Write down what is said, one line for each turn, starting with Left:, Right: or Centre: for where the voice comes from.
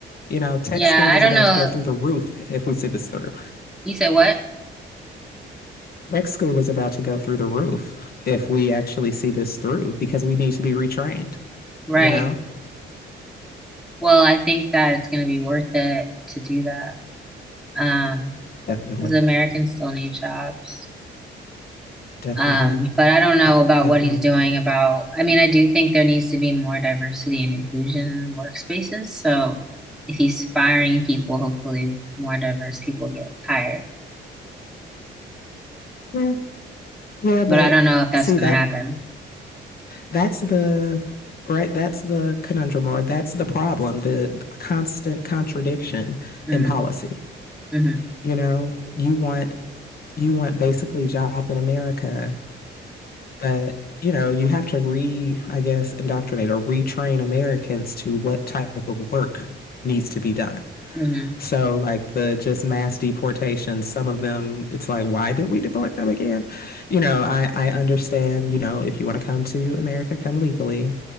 Left: You know, tech
Centre: Yeah,
Left: school
Centre: I
Left: is
Centre: don't
Left: about
Centre: know.
Left: to go through the roof if we see this through.
Centre: You said what?
Left: Next school is about to go through the roof if we actually see this through because we need to be retrained,
Centre: Right.
Left: you know?
Centre: Well, I think that it's going to be worth it to do that. Um,
Left: Definitely.
Centre: because Americans still need jobs.
Left: Definitely.
Centre: Um, but I don't know
Left: Ah,
Centre: about
Left: definitely.
Centre: what he's doing about, I mean, I do think there needs to be more diversity and inclusion in workspaces. So if he's firing people, hopefully more diverse people get hired.
Left: Yeah. Yeah, but
Centre: But I don't know if that's
Left: see
Centre: going
Left: that
Centre: to happen.
Left: that's the right that's the conundrum or that's the problem, the constant contradiction
Centre: hmm
Left: in policy.
Centre: hmm
Left: You know, you want you want basically jobs in America But, you know, you have to re, I guess, indoctrinate or retrain Americans to what type of work needs to be done.
Centre: hmm
Left: So, like the just mass deportations, some of them, it's like, why did we deport them again? You know, I, I understand, you know, if you want to come to America, come legally,